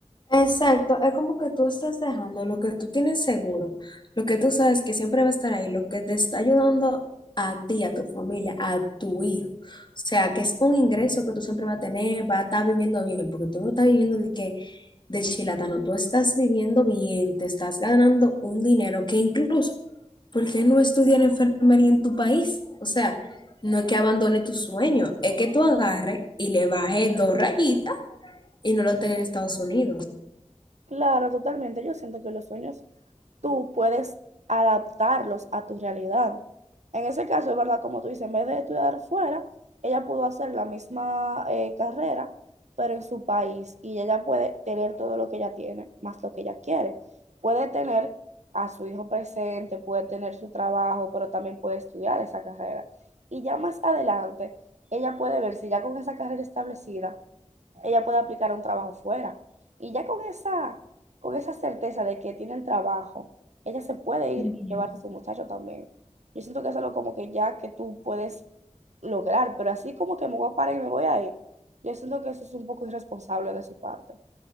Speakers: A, on the left (about 40°); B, on the right (about 70°).
A: Exacto, es como que tú estás dejando lo que tú tienes seguro, lo que tú sabes que siempre va a estar ahí, lo que te está ayudando a ti, a tu familia, a tu hijo. O sea, que es un ingreso que tú siempre vas a tener, va a estar viviendo bien, porque tú no estás viviendo de que de chilatano, tú estás viviendo bien, te estás ganando un dinero que incluso, ¿por qué no estudiar enfermería en tu país? O sea, no es que abandone tu sueño, es que tú agarres y le bajes dos rayitas y no lo tengas en Estados Unidos.
B: Claro, totalmente. Yo siento que los sueños tú puedes adaptarlos a tu realidad. En ese caso, es verdad, como tú dices, en vez de estudiar fuera, ella pudo hacer la misma eh, carrera, pero en su país, y ella puede tener todo lo que ella tiene, más lo que ella quiere. Puede tener a su hijo presente, puede tener su trabajo, pero también puede estudiar esa carrera. Y ya más adelante, ella puede ver si ya con esa carrera establecida ella puede aplicar a un trabajo fuera. Y ya con esa, con esa certeza de que tiene el trabajo, ella se puede ir
A: Ujú.
B: y llevarse a su muchacho también. Yo siento que es algo como que ya que tú puedes lograr, pero así como que me voy a parar y me voy a ir, yo siento que eso es un poco irresponsable de su parte.